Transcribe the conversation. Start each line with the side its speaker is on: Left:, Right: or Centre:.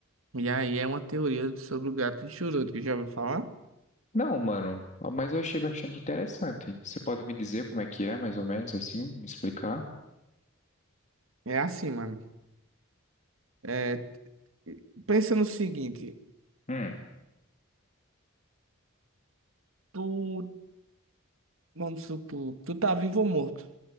Right: e aí é uma teoria sobre o gato de Schrödinger, que já ouviu falar?
Left: Não, mano, mas eu achei bastante interessante. Você pode me dizer como é que é, mais ou menos assim? Me explicar?
Right: É assim, mano. É, pensa no seguinte,
Left: Hum,
Right: tu, vamos supor, tu tá vivo ou morto?